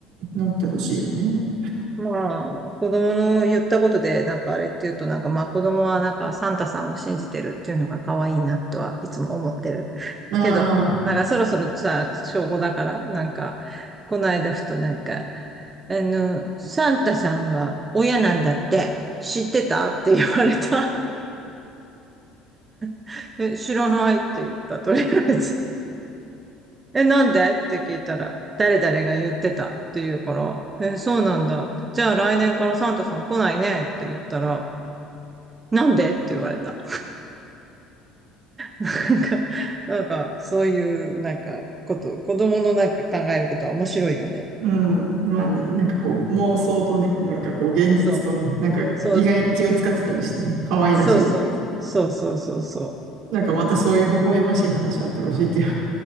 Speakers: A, on the right; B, on the right.
A: なってほしいよね。
B: まあ、子供の言ったことで、なんかあれって言うと、なんかまあ子供はなんかサンタさんを信じてるっていうのが可愛いなとはいつも思ってる。
A: ああ、
B: けど、なんかそろそろさ、小5だから、なんか、この間ふとなんか、あの、サンタさんは親なんだって知ってたって言われた。<laughs> え、知らないって言った、とりあえず。え、なんでって聞いたら、誰々が言ってたって言うから、え、そうなんだ。じゃあ来年からサンタさん来ないねって言ったら、なんでって言われた。<laughs> なんか、なんか、そういう、なんか、こと、子供のなんか考えることは面白いよね。
A: うん。まあね、なんかこう妄想とね、なんかこう現実とね、
B: そう、
A: なんか意外に気を使ってたりしてね、
B: そう、
A: 可愛らしいよね。
B: そうそう、そうそうそうそ
A: なんかまたそういう微笑ましい話あったら教えてよ。